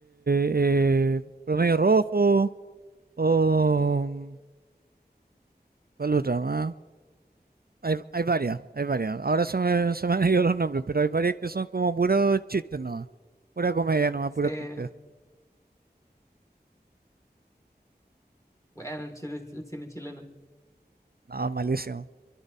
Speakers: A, on the right (about 60°); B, on the left (about 15°).
A: eh, Promedio Rojo, o mm, ¿cuál otra más? Hay, hay varias, hay varias. Ahora se me, se me han ido los nombres, pero hay varias que son como puros chistes nomás, pura comedia nomás,
B: sí.
A: pura tontera.
B: Bueno, el, chile- el cine chileno.
A: No, malísimo,